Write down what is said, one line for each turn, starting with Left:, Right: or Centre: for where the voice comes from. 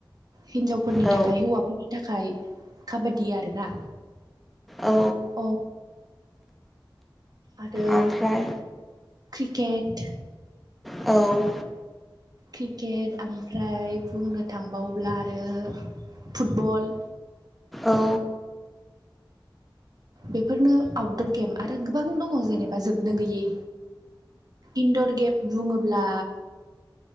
Right: हिनजावफोरनि
Centre: औ
Right: थाखाय हौवाफोर थाखाय काबादि आरोना
Centre: औ
Right: अ आरो
Centre: ओमफ्राय
Right: क्रिकेट
Centre: औ
Right: क्रिकेट ओमफ्राय बुंनो थांबाव्ला आरो फुटबल
Centre: औ
Right: बेफोरनो आउटदर गेम आरो गोबां दङ जेनेबा जोबनो गैयै इन्दर गेम बुङोब्ला